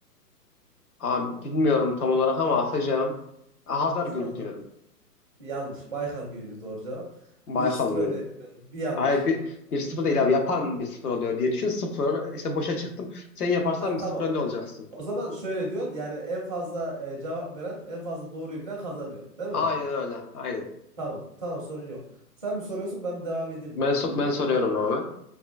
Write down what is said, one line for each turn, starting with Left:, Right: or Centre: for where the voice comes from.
Left: Abi bilmiyorum tam olarak ama atacağım. Hazar
Right: Salla.
Left: Gölü diyorum.
Right: Yanlış. Baykal Gölü'ydü doğru cevap.
Left: Baykal
Right: Bir 0
Left: Gölü.
Right: öndeyim Emre'cim. Bir yanlış.
Left: Hayır bir, bir sıfır değil abi. Yapan bir sıfır oluyor diye düşün. Sıfır işte boşa çıktım. Sen yaparsan
Right: Ha
Left: bir
Right: tamam.
Left: sıfır önde olacaksın.
Right: O zaman şöyle diyorsun yani en fazla e, cevap veren en fazla doğruyu bilen kazanıyor. Değil mi
Left: Aynen
Right: yani?
Left: öyle. Aynen.
Right: Tamam. Tamam sorun yok. Sen mi soruyorsun ben mi devam edeyim mi?
Left: Ben, so- ben soruyorum abi.